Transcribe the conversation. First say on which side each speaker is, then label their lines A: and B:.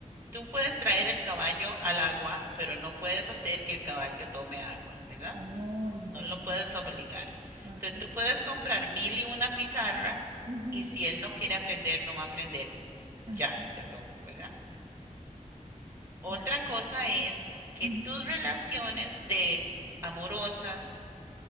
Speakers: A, on the right; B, on the right.
A: tú puedes traer el caballo al agua, pero no puedes hacer que el caballo tome agua, ¿verdad?
B: Oye,
A: No lo puedes obligar.
B: ok.
A: Entonces tú puedes comprar mil y una pizarra
B: Ujú,
A: y si él no quiere aprender, no va a aprender.
B: Así,
A: Ya, se acabó, ¿verdad? Otra
B: ¿verdad?
A: cosa es que
B: Ujú.
A: tus relaciones de amorosas